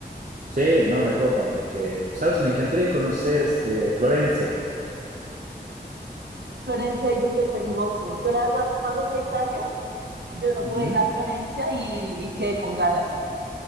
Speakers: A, on the right; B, on the right.
A: Sí, no me copan, porque, ¿sabes? Me encantaría conocer este, Florencia.
B: Florencia dicen que es hermoso. Yo la verdad, cuando fui a Italia, yo no
A: Ujú.
B: pude ir a Florencia y, y quedé con ganas.